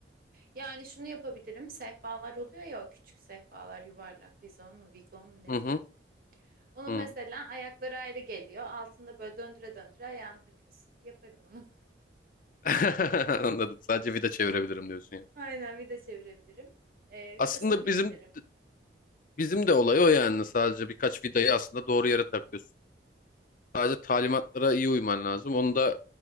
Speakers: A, on the right; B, on the left.
A: Yani şunu yapabilirim. Sehpalar oluyor ya, o küçük sehpalar, yuvarlak, vizon mu, vikon mu ne
B: Hı hı.
A: diyorlar. Onun
B: hı.
A: mesela ayakları ayrı geliyor. Altında böyle döndüre döndüre ayağını takıyorsun. Yaparım onu.
B: <laughs> Anladım. Sadece vida çevirebilirim diyorsun
A: <laughs>
B: yani.
A: Aynen vida çevirebilirim. Ee,
B: Aslında
A: vida sökebilirim.
B: bizim bizim de olay o yani. Sadece birkaç vidayı aslında doğru yere takıyorsun. Sadece talimatlara iyi uyman lazım. Onu da